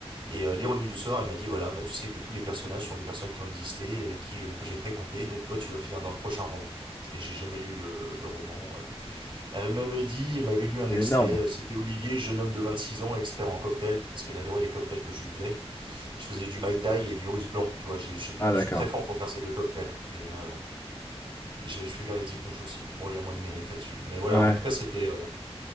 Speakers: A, on the right; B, on the left.
A: Et euh, l'ironie du sort, il m'a dit voilà, bah, tu sais que tous les personnages sont des personnes qui ont existé, avec qui euh, que j'ai fréquenté, donc toi tu vas finir dans le prochain roman. Et j'ai jamais lu le, le roman. euh. Elle m'avait dit, elle m'avait lu un
B: c'est
A: extrait,
B: énorme.
A: euh, c'était Olivier, jeune homme de 26 ans, expert en cocktail, parce qu'elle adorait les cocktails que je faisais. Je faisais du Mai Tai et du russe blanc, tu vois, j'ai- j'étais-
B: Ah, d'accord.
A: je suis très fort pour faire ces deux cocktails. hein. Et euh, j'ai- je fais bien les ticonches aussi. Bon, il y a moins de mérite là-dessus. Mais voilà,
B: Ouais,
A: en tout cas, c'était euh,